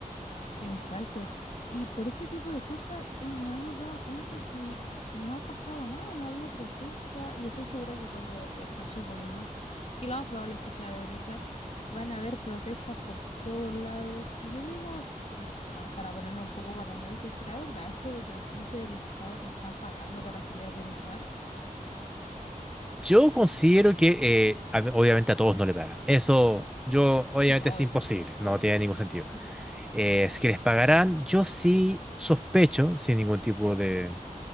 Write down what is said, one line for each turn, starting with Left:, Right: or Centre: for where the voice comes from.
Left: Exacto. Y por este tipo de cosas hem- nos hemos dado cuenta que no ha pasado nada, no ha habido protesta y estoy segura que cuando el próximo gobierno, que lo más probable es que sea de derecha, van a haber protestas por todos lados. Y yo digo, s- eh, a- para ponernos un poco paranoicos, ¿será verdad esto de que la gente le está, le están pagando para salir a protestar?
Centre: Yo considero que eh, a- obviamente a todos no le pagan. Eso, yo, obviamente
Left: Sí, pues, obvio,
Centre: es imposible, no
Left: obvio.
Centre: tiene ningún sentido.
Left: Ujú.
Centre: Eh, si que les pagarán, yo sí sospecho, sin ningún tipo de,